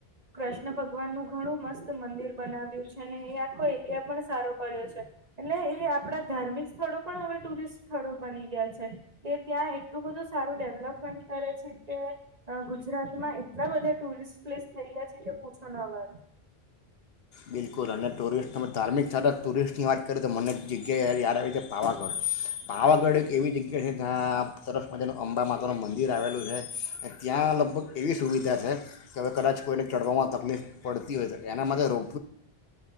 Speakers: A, on the right; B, on the left.
A: કૃષ્ણ ભગવાનનું ઘણું મસ્ત મંદિર બનાવ્યું છે અને એ આખો એરિયા પણ સારો કર્યો છે. એટલે એ આપણા ધાર્મિક સ્થળો પણ હવે ટુરિસ્ટ સ્થળો બની ગયા છે કે ત્યાં એટલું બધું સારું ડેવલપમેન્ટ કરે છે કે ગુજરાતમાં એટલા બધા ટુરિસ્ટ પ્લેસ થઈ ગયા છે કે પૂછો ન વાત
B: બિલકુલ અને ટુરિસ્ટ ધાર્મિક સ્થારક ટુરિસ્ટની વાત કરએ તો મને જ જગયા યાદ આવી છે પાવાગઢ પાવાગઢ એક એવી જગ્યા છે જ્યાં તરફમાંનું અંબા માતાનું મંદિર આવેલું છે ત્યાં લ લગભગ એવી સુવિધા છે કે હવે કદાચ કોઈને ચઢવામાં તકલીફ પડતી હોય તો એના માટે રો